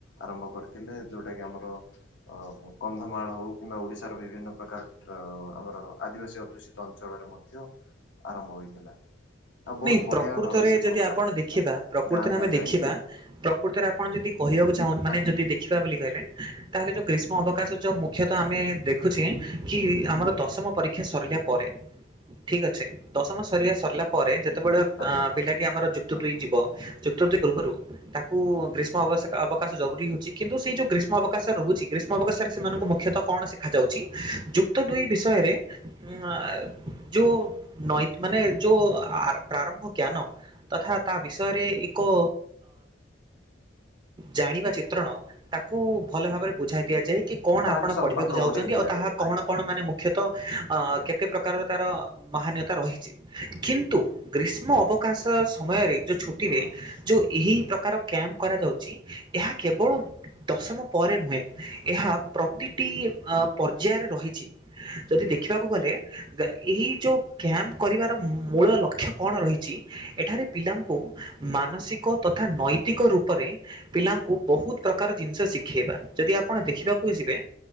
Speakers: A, on the left; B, on the right.
A: ଆରମ୍ଭ କରିଥିଲେ ଯୋଉଟା କି ଆମର ଅ କନ୍ଧମାଳ ହଉ କିମ୍ବା ଓଡିଶାର ବିଭିନ୍ନ ପ୍ରକାର ଟ ଆମର ଆଦିବାସୀ ଅଦୂଷିତ ଅଞ୍ଚଳରେ ମଧ୍ୟ ଆରମ୍ଭ ହୋଇଥିଲା। ଆଉ ବହୁତ
B: ନାଇଁ
A: ବଢିଆ
B: ପ୍ରକୃତରେ
A: ଭାବେ ସେ
B: ଯଦି
A: ପ୍ରୋଗ୍ରାମଟି
B: ଆପଣ ଦେଖିବା
A: ଥିଲା।
B: ପ୍ରକୃତରେ
A: ଗାଁ ଗାଁ
B: ଆମେ
A: ଯାଇକି
B: ଦେଖିବା ପ୍ରକୃତରେ ଆପଣ ଯଦି କହିବାକୁ ଚାହୁଁ ମାନେ
A: ଆଜ୍ଞା
B: ଯଦି ଦେଖ ଖିବା ବୋଲି କହିଲେ ତାହେଲେ ଯୋଉ ଗ୍ରୀଷ୍ମ ଅବକାଶ ଯୋଉ ମୁଖ୍ୟତଃ ଆମେ ଦେଖୁଛେ କି ଆମର ଦଶମ ପରୀକ୍ ସରିଲା ପରେ ଠିକ ଅଛି ଦଶମ ସରିବା ସରିଲା ପରେ ଯେତେବେଳେ
A: ଆଜ୍ଞା
B: ଅ ପିଲାଟି ଆମର ଯୁକ୍ତ
A: ହଁ
B: ଦୁଇ
A: ହଁ
B: ଯିବ ଯୁକ୍ତ ଦୁଇ ପୂର୍ବରୁ ତାକୁ ଗ୍ରୀଷ୍ମବ ଅବକାଶ ଜରୁରୀ ହଉଛି କିନ୍ତୁ ସେଇ ଯୋଉ ଗ୍ରୀଷ୍ମ ଅବକାଶ ରହୁଛି ଗ୍ରୀଷ୍ମ ଅବକାଶରେ ସେମାନଙ୍କୁ ମୁଖ୍ୟତଃ କଣ ଶିଖା ଯାଉଛି ଯୁକ୍ତ ଦୁଇ ବିଷୟରେ ଉଁ ଯୋଉ ନଇ ମାନେ ଯୋଉ ଆ ପ୍ରାରମ୍ଭ ଜ୍ଞାନ ତଥା ତା ବିଷୟରେ ଏକ ଜାଣିବା ଚିତ୍ରଣ ତାକୁ ଭଲ ଭାବରେ ବୁଝାଇ ଦିଆଯାଏ କି କଣ
A: ପ୍ରାକ୍
B: ଆପଣ
A: ସମ୍ପର୍କ
B: ପଢିବାକୁ ଯାଉଛନ୍ତି
A: ଗୋଟେ ଦିଆଯାଏ
B: ଆଉ ତାହା କଣ
A: ଆଜ୍ଞା।
B: କଣ ମାନେ
A: ହୁଁ
B: ମୁ ମୁଖ୍ୟତଃ କେତେ ପ୍ରକାରର ତାର ମହନ୍ୟତା ରହିଛି କିନ୍ କିନ୍ତୁ ଗ୍ରୀଷ୍ମ ଅବକାଶ ସମୟରେ ଯୋଉ ଛୁଟିରେ
A: ହୁଁ
B: ଯେଉଁ ଏହି ପ୍ରକାର କ୍ୟାମ୍ପ କରାଯାଉଛି ଏହା କେବଳ ଦଶମ ପରେ ନୁହେଁ ଏହା ପ୍ରତିଟି ଅ ପର୍ଯ୍ୟାୟରେ ରହିଛି। ଯଦି ଦେଖିବାକୁ ଗଲେ ଏଇ ଯୋଉ କ୍ୟାମ୍ପ କରିବାର ମୋ ଅକ୍ଷ କଣ ରହିଛି ଏଠାରେ ପିଲାଙ୍କୁ ମାନସିକ ତଥା ନୈତିକ ରୂପରେ ପିଲାଙ୍କୁ ବହୁତ ପ୍ରକାର ଜିନିଷ ଶିଖେଇବା ଯଦି ଆପଣ ଦେଖିବାକୁ ଯିବେ